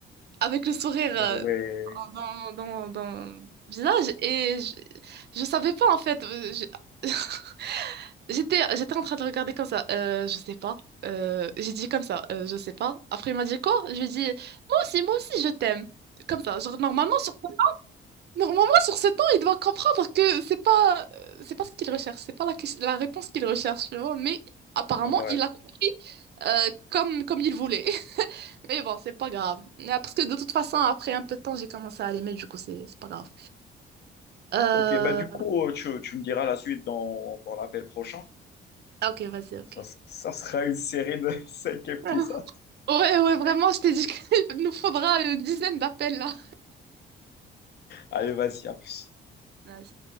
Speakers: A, on the right; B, on the left.
A: avec le sourire
B: ouais,
A: euh, dans, dans, dans le visage. Et je, je savais pas, en fait. euh, je- <laughs> J'étais, j'étais en train de regarder comme ça. Euh, je sais pas. Euh, j'ai dit comme ça. Euh, je sais pas. Après, il m'a dit quoi? Je lui ai dit, moi aussi, moi aussi, je t'aime. Comme ça. Genre, normalement, sur Normalement, sur 7 ans, il doit comprendre que c'est pas, euh, c'est pas ce qu'il recherche, c'est pas la, ques- la réponse qu'il recherche, tu vois. Mais apparemment,
B: ouais.
A: il a compris euh, comme, comme il voulait. <laughs> Mais bon, c'est pas grave. Ah, Parce que de toute façon, après un peu de temps, j'ai commencé à l'aimer, du coup, c'est c'est pas grave. Euh...
B: Ok, bah du coup, euh, tu, tu me diras la suite dans, dans l'appel prochain.
A: ah, Ok, vas-y, ok.
B: Ça, ça sera une série de <laughs> cinq épisodes.
A: <laughs> Ouais, ouais, vraiment, je t'ai dit qu'il <laughs> nous faudra une dizaine d'appels là.
B: Allez, vas-y, à plus.
A: Ouais,